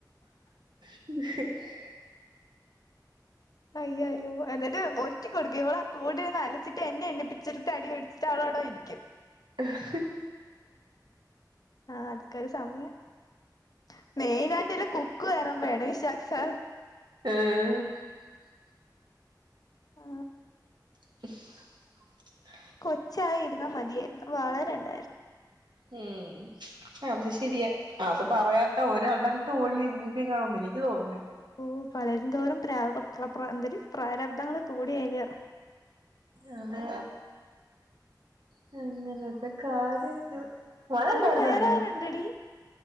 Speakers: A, on the right; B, on the left.
A: <inaudible> <unintelligible>
B: അയ്യയോ എന്നിട്ട ഒറ്റി കെടുക് ഇവളാക്കൂടെ അറീച്ചിട്ട് എന്നെ എണീപ്പിച്ച് ട്ട് അവൾ വി ടെരിക്കും
A: <unintelligible> <inaudible>
B: അതെക്കെരു സമയം <unintelligible>
A: <unintelligible>
B: ആ
A: <inaudible> <unintelligible>
B: കൊച്ചായിരുന്നാ മതിയായിരുന്നു വളരണ്ടായിരുന്നു
A: മ് അതു ശരിയാ അത് പറയാത്ത ഒരാൾ ഒരറ്റ ളും ഭൂമി കാണും എനിക്ക് തോന്നുന്നില്ല
B: ഓ വളരുംതോറും പ്ര എന്തെ രു പ്രരാപ്തം ങ്ങൾ കൂടി വരാ
A: അതെ തെ അങ്ങനത്തെ കാര്യങ്ങൾ മഴ ണ്ടായിരുന്നേ
B: അവിടെ വേറെ
A: ഇന്ന്
B: ആരുണ്ടെടി